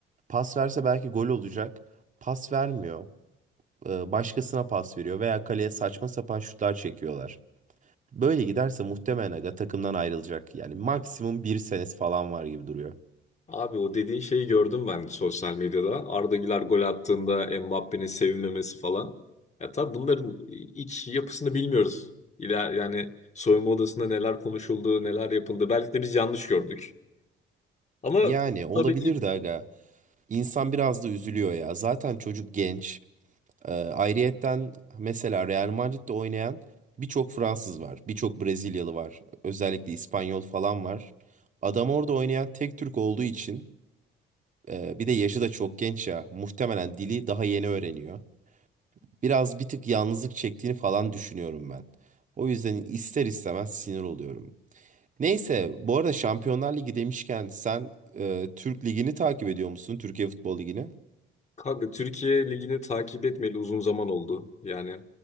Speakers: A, on the right (about 40°); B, on the left (about 35°).
A: Pas verse belki gol olacak. Pas vermiyor. Ee, başkasına pas veriyor veya kaleye saçma sapan şutlar çekiyorlar. Böyle giderse muhtemelen aga takımdan ayrılacak. Yani maksimum bir senesi falan var gibi duruyor.
B: Abi o dediğin şeyi gördüm ben sosyal medyada. Arda Güler gol attığında Mbappé'nin sevinmemesi falan. Ya tabii bunların iç yapısını bilmiyoruz. İler, yani soyunma odasında neler konuşuldu, neler yapıldı. Belki de biz yanlış gördük. Ama
A: Yani olabilir
B: tabii ki
A: de aga. İnsan biraz da üzülüyor ya. Zaten çocuk genç. Ee, ayrıyetten mesela Real Madrid'de oynayan birçok Fransız var, birçok Brezilyalı var, özellikle İspanyol falan var. Adam orada oynayan tek Türk olduğu için e, bir de yaşı da çok genç ya, muhtemelen dili daha yeni öğreniyor. Biraz bir tık yalnızlık çektiğini falan düşünüyorum ben. O yüzden ister istemez sinir oluyorum. Neyse, bu arada Şampiyonlar Ligi demişken sen e, Türk Ligi'ni takip ediyor musun? Türkiye Futbol Ligi'ni.
B: Kanka Türkiye Ligi'ni takip etmeli uzun zaman oldu. Yani